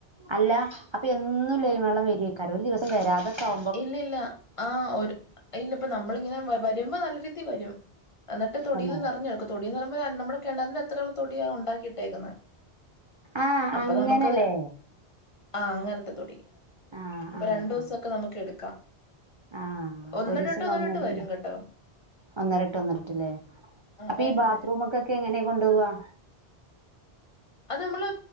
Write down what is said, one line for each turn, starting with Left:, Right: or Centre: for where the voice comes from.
Right: അല്ല അപ്പൊ എന്നും ലൈൻ വള്ളം വെരൊയ്ക്കാരം ഒരു ദിവസം വരാതെക്കെ ആവു
Left: ഇല്ല ഇല്ല ആഹ് ഒര് ഇല്ല ഇപ്പ നമ്മളിങ്ങനെ വ വരുമ്പൊ നല്ല രീതി വരും എന്ന്ട്ട് തൊടീല്
Right: തന്നെ
Left: നെറഞ്ഞെട്ക്കും തൊടിന്ന് പറയ്മ്പൊ നമ്മള് കെണറിന്റെ അത്രയുള്ള തൊടിയാ ഉണ്ടാക്കിയിട്ടേക്ക്ന്നേ
Right: ആഹ്
Left: അപ്പൊ
Right: അങ്ങനല്ലേ
Left: നമ്മ്ക്കത് ആഹ് അങ്ങനെത്തെ തൊടി
Right: ആഹ്
Left: ഇപ്പൊ
Right: ആഹ്
Left: രണ്ടുസം
Right: ആഹ്
Left: ഒക്കെട്ക്കാ
Right: ആഹ് അപ്പൊ
Left: ഒന്നിടവിട്ട്
Right: ഒരീസം
Left: ഒന്നിടവിട്ട്
Right: വന്നിട്ടില്ല
Left: വരും കെട്ടോ
Right: ഒന്നരട്ട് ഒന്നരട്ട്ല്ലേ അപ്പൊ
Left: വരും
Right: ഈ ബാത്റൂമ്ക്കൊക്കെ
Left: വരും
Right: എങ്ങനേ കൊണ്ടോവാ
Left: അത് നമ്മള്